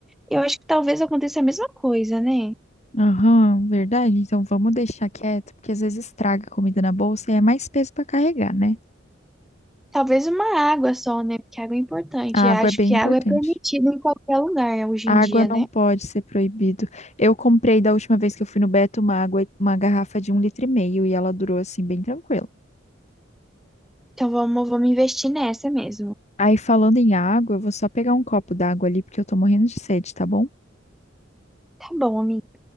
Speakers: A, in the centre; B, on the left (about 35°).
A: Eu acho que talvez aconteça a mesma coisa, né?
B: Aham, verdade. Então vamos deixar quieto, porque às vezes estraga a comida na bolsa e é mais peso para carregar, né?
A: Talvez uma água só, né? Porque água é importante.
B: A
A: E acho
B: água é bem
A: que
B: importante.
A: água é permitida em qualquer lugar hoje
B: A
A: em dia,
B: água não
A: né?
B: pode ser proibido. Eu comprei da última vez que eu fui no Beto uma água, uma garrafa de um litro e meio e ela durou assim bem tranquilo.
A: Então vamos, vamos investir nessa mesmo.
B: Aí falando em água, eu vou só pegar um copo d'água ali porque eu tô morrendo de sede, tá bom?
A: Tá bom, amiga.